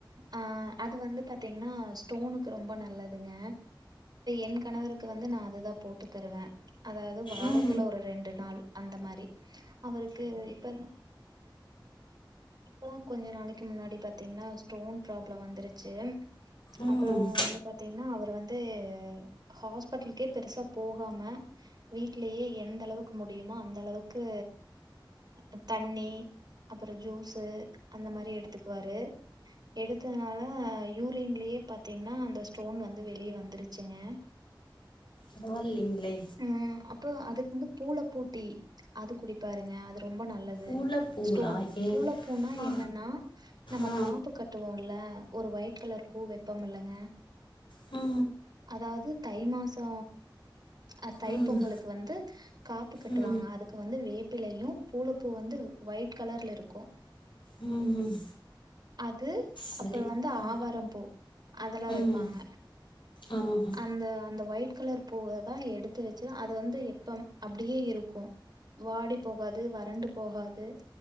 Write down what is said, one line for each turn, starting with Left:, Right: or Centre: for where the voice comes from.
Right: அ அது வந்து பாத்தீங்கன்னா ஸ்டோனுக்கு ரொம்ப நல்லதுங்க என் கணவருக்கு வந்து நா அதுதா போட்டு தருவே அதாவ வாரத்துல
Left: ம்,
Right: ஒரு ரெண்டு நாள் அந்த மாரி அவருக்கு இப்ப இப்போதா கொஞ்ச நாளைக்கு முன்னாடி பாத்தீங்ன்னா ஸ்டோன் ப்ராப்ளம் வந்துருச்சு
Left: ம்.
Right: அப்றோ வந்து பா பாத்தீங்ன்னா அவர் வந்து ஹாஸ்பிட்டலுக்கே பெருசா போகாம வீட்லேயே எந்த அளவுக் க்கு முடியுமா அந்த அளவுக்கு த தண்ணி அப்பற ஜூஸ் து அந்த மாரி எடுத்துக்வாரு எடுத்ததுனால யூரின்லே பார்த்திங்னா அந்த ஸ்டோன் வந்து வெளிய வந்துருச்சுங்க
Left: பரவாயில்லைங்ளே
Right: ம் அப்றோ அதுக்கு வந்து பூளப்பூட்டி அது குடிப்பாருங்க அது ரொம்ப நல்லது
Left: ஊழ பூங்களா
Right: ஸ்டோன்
Left: ஏ
Right: பூள பூனா
Left: ஆ
Right: என்னன்னா நம்ம
Left: ஆ
Right: காப்பு கட்டுவோம்ல ஒரு ஒயிட் கலர் பூ வப்போ இல்லங்க
Left: ஆ
Right: அதாவது தை மாசோ அ தை
Left: ம்
Right: பொங்கலுக்கு வந்து காப்பு கட்டுவாங்க
Left: ம்
Right: அதுக்கு வந்து வேப்பிலையு பூலப்பூ வந்து ஒயிட் கலர்ல இருக்கு
Left: ம் ம்
Right: அது
Left: சரி
Right: அப்றோ வந்து
Left: ஓ
Right: ஆவார பூ அதெல்லா
Left: ம்
Right: வப்பாங்க
Left: ஆ ஆ.
Right: அந்த அந்த ஒயிட் கலர் பூவதா எடுத்து வச்சி அது வந்து எப்ப அப்டியே இருக்கு வாடி போஹாது வறண்டு போஹாது